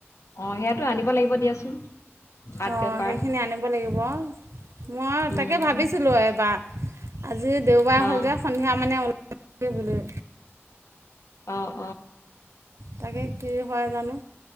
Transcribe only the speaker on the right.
অঁ
সেইখিনি আনিব লাগিব মই আৰু
তাকে ভাবিছিলোঁ এইবাৰ আজি দেওবাৰে
হ'ল যে সন্ধিয়া মানে ওললৈ
তাকে কি হয় জানো।